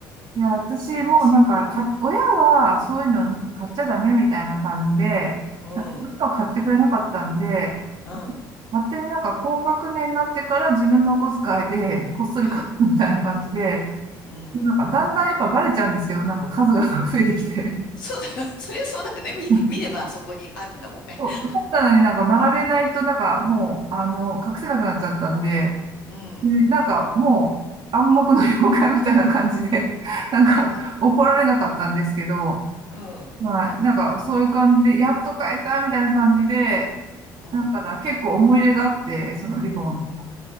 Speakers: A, on the right; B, on the left.
A: いや、私もうなんか、
B: のがする。
A: か、親はそういうの買っちゃダメみたいな感じで、
B: うん、うん、
A: なんかそういうのを買ってくれなかったんで、
B: うん、
A: 勝手になんか高学年になってから自分のお小遣いでこっそり買ったみたいな感じで、
B: ええ、うん。
A: なんかだんだんやっぱバレちゃうんですけど、なんか数が <laughs> 増えてきて。
B: そうだよ。<laughs> そりゃそうだよね。見、
A: <laughs>
B: 見ればそこにあるんだもんね。
A: 本棚になんか並べないとなんかもう、
B: <laughs>
A: あの、隠せなくなっちゃったんで、
B: うん。
A: ねなんかもう暗黙の了解みたいな感じで、<laughs> なんか怒られなかったんですけど、
B: ああ、うん、
A: まあなんかそういう感じで、やっと変えたみたいな感じで、
B: うん、
A: だから結構思い入れがあって、そのリボン。
B: うん。